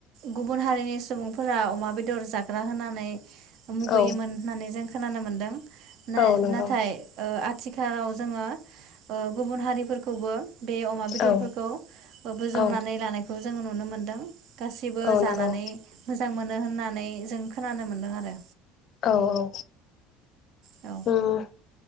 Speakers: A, on the right (about 60°); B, on the left (about 45°).
A: गुबुन हारिनि सुबुंफोरा अमा बेदर जाग्रा होनानै मुगैयोमोन
B: औ
A: होननानै जों खोनानो मोन्दों ना-नाथाय
B: औ नंगौ
A: ओ आ आथिखालाव जोङो ओ गुबुन हारि खौबो बे अमा बेदरफोरखौ
B: औ
A: बोजबनानै
B: औ
A: लानायखौ जोङो नुनो मोनदों गासिबो
B: औ
A: जानानै
B: नंगौ
A: मोजां मोनो होननानै जों खोनानो मोन्दों आरो।
B: औ औ
A: औ
B: उम